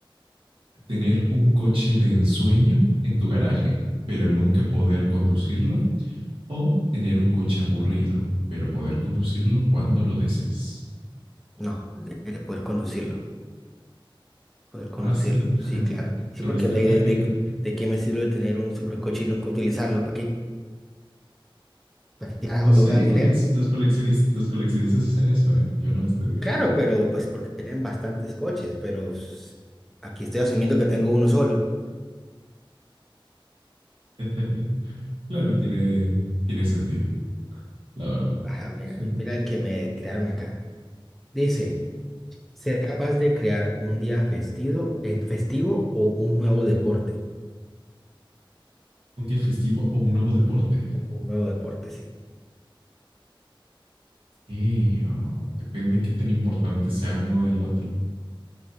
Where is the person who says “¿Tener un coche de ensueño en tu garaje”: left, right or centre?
Right